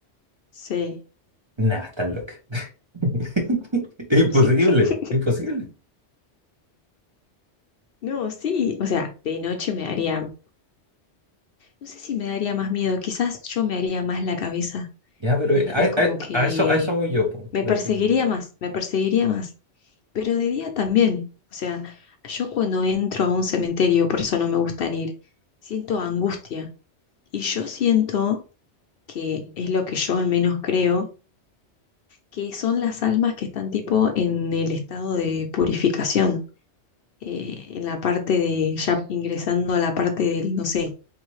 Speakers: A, on the left; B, on the right.
A: Sí.
B: Nah, estás loca. <laughs> Imposible,
A: <laughs>
B: imposible.
A: No, sí, o sea, de noche me daría, no sé si me daría más miedo, quizás yo me haría más la cabeza.
B: Ya, pero
A: Era-
B: eh, a,
A: Es como
B: a-
A: que
B: a eso, a eso voy yo, po,
A: me
B: de
A: perseguiría
B: que
A: más, me perseguiría más. Pero de día también, o sea, yo cuando entro a un cementerio, por eso no me gustan ir, siento angustia. Y yo siento que es lo que yo al menos creo, que son las almas que están tipo en el estado de purificación, eh, en la parte de, ya ingresando a la parte del, no sé,